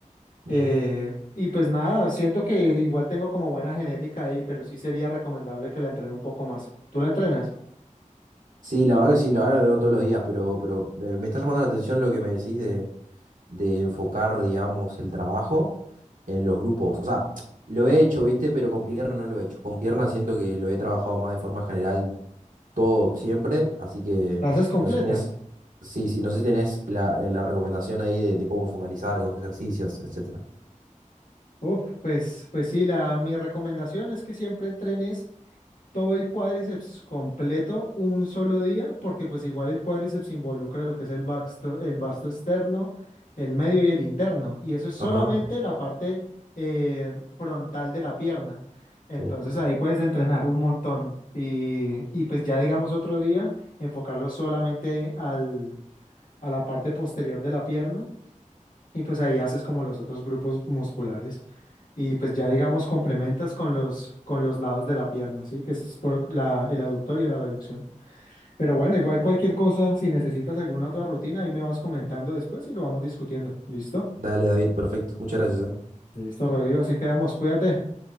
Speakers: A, on the right; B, on the left.
A: ujú.
B: Eh, y pues nada, siento que igual tengo como buena genética ahí, pero sí sería recomendable que la entrene un poco más. ¿Tú la entrenas?
A: Sí, la verdad que sí, la verdad que lo veo todos los días, pero, pero me, me está llamando la atención lo que me decís de, de enfocar, digamos, el trabajo en los grupos. O sea, lo he hecho, ¿viste? Pero con pierna no lo he hecho. Con pierna siento que lo he trabajado más de forma general todo, siempre. Así que
B: ¿La haces completa?
A: no sé si tenés, sí, sí, no sé si tenés la, eh, la recomendación ahí de, de cómo focalizar, con qué ejercicios, etcétera.
B: Uf, pues, pues sí, la, mi recomendación es que siempre entrenes. todo el cuádriceps completo un solo día, porque pues igual el cuádriceps involucra lo que es el vasto, el vasto externo, el medio y el interno, y eso es solamente
A: Ajá.
B: la parte eh, frontal de la pierna. Entonces
A: Sí.
B: ahí puedes entrenar un montón y, y pues ya digamos otro día enfocarlo solamente al, a la parte posterior de la pierna y pues ahí haces como los otros grupos musculares. Y pues ya digamos complementas con los, con los lados de la pierna, ¿sí? Que es por la, el aductor y la abducción. Pero bueno, igual cualquier cosa, si necesitas alguna otra rutina, ahí me vas comentando después y lo vamos discutiendo. ¿Listo?
A: Dale, David, perfecto. Muchas gracias, ¿eh?
B: Listo, Rodrigo, así quedamos, cuídate.